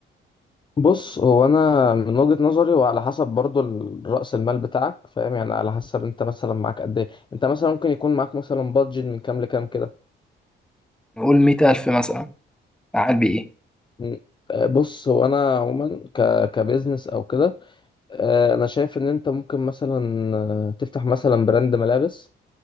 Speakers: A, on the left; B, in the centre.
A: بص هو انا من وجهة نظري وعلى حسب برضو ال- رأس المال بتاعك فاهم يعني على حسب انت مثلا معاك قد ايه انت مثلا ممكن يكون معاك مثلا بادجت من كام لكام كده
B: نقول 100000 مثلا اعمل بيه
A: م. آه، بص هو انا عموما ك كبزنس او كده آه، انا شايف ان انت ممكن مثلا آه، تفتح مثلا براند ملابس